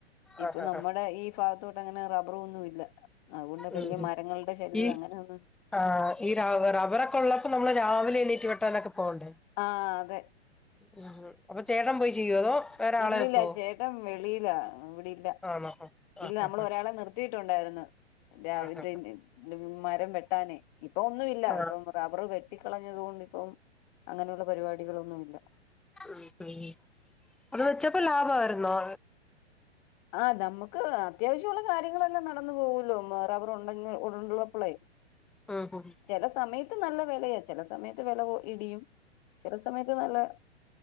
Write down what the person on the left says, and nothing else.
ഇപ്പൊ
നമ്മുടെ
ഈ ഫാഗത്തോട്ട് അങ്ങനെ റബ്ബറ് ഒന്നും ഇല്ല അതുകൊണ്ട് ബല്ല്യെ
മരങ്ങൾടെ ശല്ല്യോ
അങ്ങനെ ഒന്നും ഇല്ല
ആഹ് അതെ
ഇല്ലില്ല
ചേട്ടൻ വെളിയിലാ ഇവിടില്ല
ഇല്ല
നമ്മൾ
ഒരാളെ നിർ ത്തിയിട്ടുണ്ടായിരുന്നു രാവിൽത്തെ
ന് ഇത്‌ മരം വെട്ടാന് ഇപ്പൊ ഒന്നുമല്ല
ഇപ്പം റബറ് വെട്ടിക്കളഞ്ഞത്കൊണ്ട്പ്പം അങ്ങനെയുള്ള പരിപാടികളൊന്നുല്ല
ആഹ് നമ്മുക്ക് അത്യാവശ്യള്ള കാര്യങ്ങളെല്ലാം നടന്നു പോകുല്ലോ റബ്ബർ ഉണ്ടെങ്കി ഉള്ളപ്പോളെയ്
ചെല സമയത്ത് നല്ല വെലയാ ചെല സമയത്ത് വെല ഇടിയും ചെല സമയത്ത് നല്ല